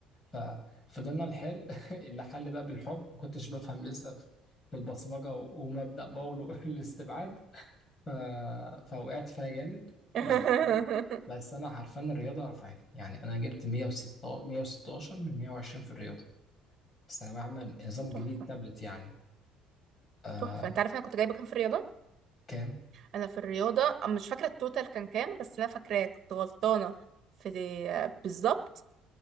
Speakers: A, on the left; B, on the right.
A: ففضلنا نحل <laughs> اللي حل بقى بالحب ما كنتش بفهم لسه في في البصمجه و- ومبدا باولو <laughs> الاستبعاد ف... فوقعت فيها جامد
B: <laughs>
A: بس بس انا عارفان الرياضه رفعتني يعني انا جبت 116 116 من 120 في الرياضه في ثانويه عامه النظام الجديد
B: تحفة
A: تابلت يعني آه
B: تحفة انت عارفة انا كنت جايبة كام في الرياضة
A: كام
B: انا في الرياضة أم- مش فاكرة التوتال كان كام بس انا فاكراه كنت غلطانة في بالظبط